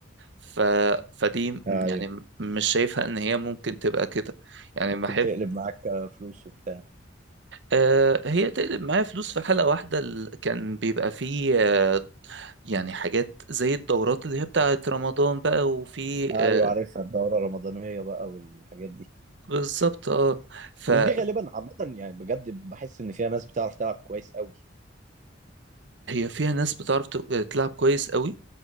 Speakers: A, on the right (about 65°); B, on the right (about 40°).
A: ف... فدي م-
B: ايوه
A: يعني م- مش شايفها ان هي ممكن تبقى كده يعني
B: ممكن
A: بحب
B: تقلب معاك آه، فلوس وبتاع
A: آه، هي تقلب معايا فلوس في حلقة واحدة ال- كان بيبقى فيه آه، يعني حاجات زي الدورات اللي هي بتاعت رمضان بقى وفي
B: ايوه
A: آه
B: عارفها الدوره الرمضانيه بقى والحاجات دي
A: بالظبط اه فهي
B: بس دي غالبا عامه يعني بجد بحس ان فيها ناس بتعرف تلعب كويس قوي
A: فيها ناس بتعرف ت- تلعب كويس قوي